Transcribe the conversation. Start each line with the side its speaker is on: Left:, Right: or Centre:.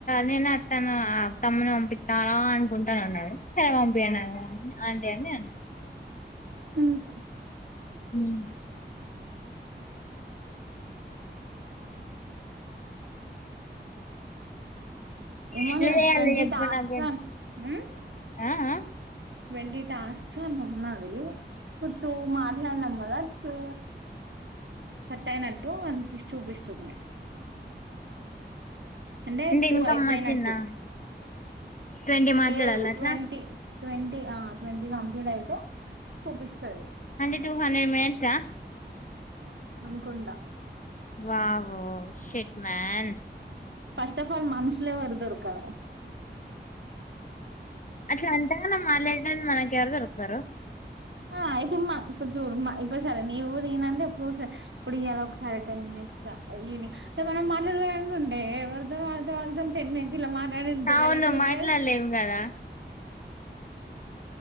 Left: నేను అ తను తమ్ముని పంపిస్తాను అనుకుంటాను అన్నాడు సరే పంపియండి ఆంటీ అని నేను అన్న
Right: హుమ్
Left: ఉమ్
Right: ఎమోలే
Left: ఎట్లా చేయాలి
Right: ట్వంటీ
Left: చెప్పు
Right: టాస్క్
Left: నాకు
Right: లన్ హు
Left: ఆ ఆ
Right: ట్వంటిీ టాస్క్ ఏమో ఉన్నాయి ఈ ఇప్పుడు టు మాట్లాడినం కదా టు కట్ అయినట్టు అని చూపిస్తుది అంటే టూ
Left: ఇన్కమ్
Right: అయిపోయినట్టు
Left: వచ్చిందా ట్వంటీ మాట్లాడాలి
Right: లేదు
Left: అట్లా
Right: ట్వంటీ ట్వంటీ ఆ ట్వంటీ కంప్లీట్ అయితే చూపిస్తది
Left: అంటే టూ హండ్రెడ్ మినట్సాఆ
Right: అనుకుంటా
Left: వావ్వో షెట్ మన్
Right: ఫస్ట్ ఆఫ్ ఆల్ మనుషులే వరుదొరుకాలే
Left: అట్లా అంటాన్న మారలే మన్ మనకి ఎవరు దొరుకుతారు
Right: ఆ ఇప్పుడు మా ఇప్పుడు చూడు మా ఇప్ సరే నీవు నేనంటే ఎప్పుడోసారి ఇప్పుడు ఏలా సరే టెన్ మినిట్స్ గ అ ఈవినింగ్ సో మనం మాట్లాడుకుంటుంటే వద్దు వద్దు వద్దున్ టెన్ మినిట్ ఇలా మాట్లాడింటె ఇంత
Left: అవును
Right: గలీజుగ ఉంటది
Left: మాట్లాడలేము కదా